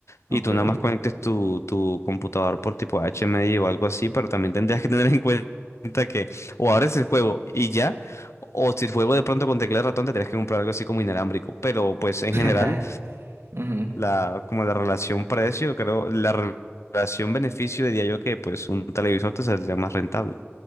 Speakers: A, on the right (about 70°); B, on the left (about 85°).
A: Ok.
B: Y tú nada más conectes tu, tu computador por tipo HMI o algo así, pero también tendrías que tener en cuenta que o abres el juego y ya, o si el juego de pronto con teclado y ratón tendrías que comprar algo así como inalámbrico. Pero pues en
A: <laughs>
B: general,
A: Ujú,
B: la, como la relación precio, creo, la re- relación beneficio diría yo que pues un televisor te saldría más rentable.